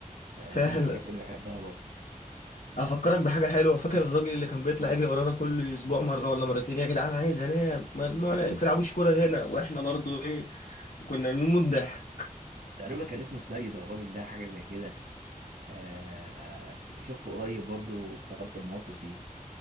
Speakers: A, on the right; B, on the left.
A: آه،
B: فعلا
A: دي من الحاجات اللي بحبها برضه
B: افكرك بحاجة حلوة فاكر الراجل اللي كان بيطلع يجري ورانا كل اسبوع مرة ولا مرتين يا جدعان عايز انام ممنوع ما تلعبوش كورة هنا واحنا برضو ايه كنا بنموت ضحك
A: تقريبا كان اسمه سيد الراجل ده حاجة زي كده آه، آه، كنت شفته قريب برضه وافتكرت المواقف دي